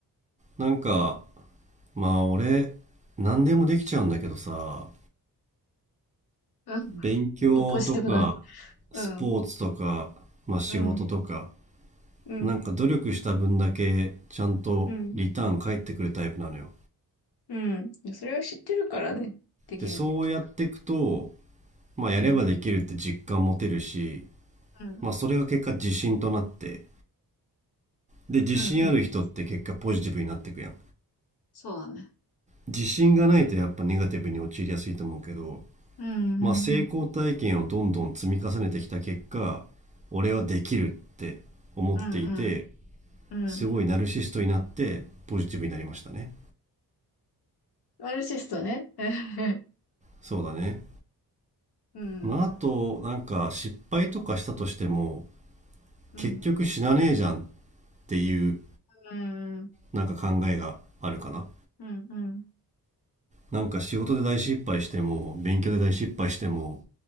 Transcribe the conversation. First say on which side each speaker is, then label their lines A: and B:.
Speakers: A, on the right (about 20°); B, on the left (about 75°).
A: なんかまあ俺、何でもできちゃうんだけどさ、
B: うん。
A: 勉強とか、
B: <laughs> ポジティブだね。うん。
A: スポーツとか、まあ仕事とか、
B: うん。うん。
A: なんか努力した分だけちゃんとリターン返ってくるタイプなのよ。
B: うん。うん、いやそれは知ってるからね、できるんでき、
A: で、そうやっていくと、まあやればできるって実感持てるし、
B: うんうん
A: まあそれが結果自信となって、で、自信ある人って結果ポジティブになっていくやん。
B: うんうん、そうだね、
A: 自信がないとやっぱネガティブに陥りやすいと思うけど、
B: うんうん
A: まあ、成功体験をどんどん積み重ねてきた結果、俺はできるって思っていて、
B: うんうんうんうん、
A: すごいナルシストになってポジティブになりましたね。
B: マルシストね、<laughs>
A: そうだね。
B: うん
A: まあ、あと、なんか失敗とかしたとしても、
B: うん
A: 結局死なねえじゃんっていう
B: うんうん
A: なんか考えがあるかな。
B: うんうんうん
A: なんか仕事で大失敗しても、勉強で大失敗しても、
B: うん